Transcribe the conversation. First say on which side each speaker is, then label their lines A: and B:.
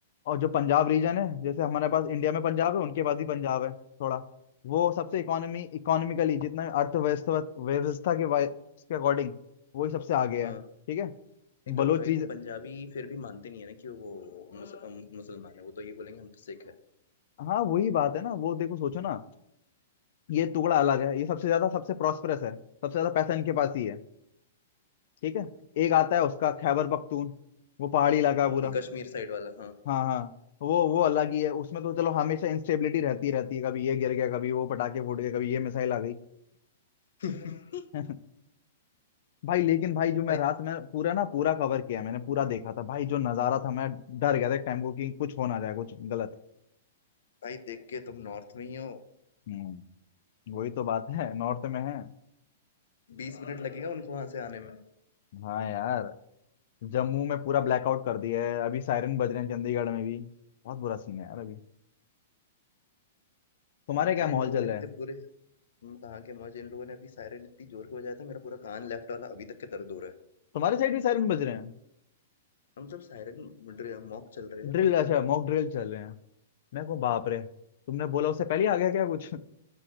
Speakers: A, on the left (about 50°); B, on the left (about 80°).
A: और जो पंजाब रीजन है जैसे हमारे पास इंडिया में पंजाब है उनके पास भी पंजाब है थोड़ा वो सबसे इकोनॉमी इकोनॉमिकली जितना अर्थव्यवस्था व्यवस्था के वा- के अकॉर्डिंग वही सबसे आगे
B: हाँ,
A: है ठीक है
B: नहीं
A: बलोच
B: तो भाई
A: रीजन
B: वो पंजाबी फिर भी मानते नहीं है ना कि वो मुस, अम, मुसलमान है वो तो ये बोलेंगे हम तो सिख है
A: हाँ वही बात है ना वो देखो सोचो ना ये टुकड़ा अलग है ये सबसे ज्यादा सबसे प्रॉस्परस है सबसे ज्यादा पैसा इनके पास ही है ठीक है एक आता है उसका खैबर पख्तून वो पहाड़ी इलाका है पूरा
B: ये कश्मीर साइड वाला हाँ
A: हाँ हाँ वो वो अलग ही है उसमें तो चलो हमेशा इंस्टेबिलिटी रहती रहती है कभी ये गिर गया कभी वो पटाखे फूट गए कभी ये मिसाइल आ गई
B: <laughs>
A: <laughs> भाई लेकिन भाई जो मैं
B: भाई
A: रात में पूरा ना पूरा कवर किया मैंने पूरा देखा था भाई जो नजारा था मैं डर गया था एक टाइम को कि कुछ हो ना जाए कुछ गलत
B: भाई देख के तुम नॉर्थ में ही हो
A: हम्म वही तो बात है नॉर्थ में है
B: बीस मिनट लगेगा उनको वहां से आने में
A: हाँ यार जम्मू में पूरा ब्लैकआउट कर दिया है अभी सायरन बज रहे हैं चंडीगढ़ में भी बहुत बुरा सीन है यार अभी तुम्हारे क्या
B: अरे
A: माहौल
B: इन लोगों
A: चल
B: ने
A: रहा
B: इतने
A: है
B: बुरे हम कहाँ के मौज इन लोगों ने अभी सायरन इतनी जोर के बजाया था मेरा पूरा कान लेफ्ट वाला अभी तक के दर्द हो रहा है
A: तुम्हारे साइड भी सायरन बज रहे हैं
B: हम सब सायरन मॉक चल रहे हैं
A: ड्रिल
B: पर फिर
A: अच्छा
B: भी
A: मॉक ड्रिल चल रहे हैं मैं कहूँ बाप
B: हाँ,
A: रे तुमने बोला उससे पहले ही आ गया क्या कुछ